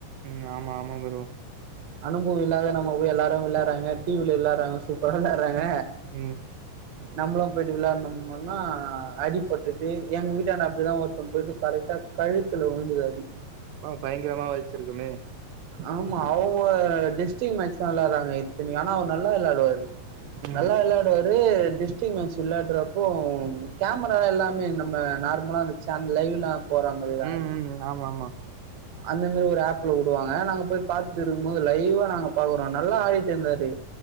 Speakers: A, on the right; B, on the right.
A: ம் ஆமா ஆமா ப்ரோ
B: அனுபவ இல்லாதயா நம்ம போய் எல்லாரு விளாறாங்க டி வி‌ல விளாறாங்க சூப்பரா விளா ட்றாங்க
A: ம்
B: நம்மளு போயிட்டு விளாட்னம்மோனா அடிபட்டுட்டு எங்க வீட்டாண்ட அப்டிதா ஒருத்தவ் போயிட்டு கரெக்டா கழுத்துல விழுந்தது அடி
A: ஆ பயங்கரமா வலிச்சிருக்குமே
B: ஆமா அவு ங்க டிஸ்ட்டிங் மேட்ச் தா விளாட்றாங்க இத்தினி ஆனா அவர் நல்ல விளாடுவாரு
A: ம்
B: நல்லா விளாடுவாரு டிஸ் டெஸ்டிங் மேட்ச் விளயாடுறப்போ கேமரா எல்லாமே நம்ம நார்மலா சன் லைவ்லா போறாங்கள்ள
A: ம்
B: அது
A: ம் ம் ஆமா ஆமா
B: அந்த மாதிரி ஒரு ஆப்ல விடுவாங்க நாங்க போய் பாத்துட்டு இருக்கும் போது லைவா நாங்க பாக்குறோ நல்லா ஆடிட் இருந்தாரு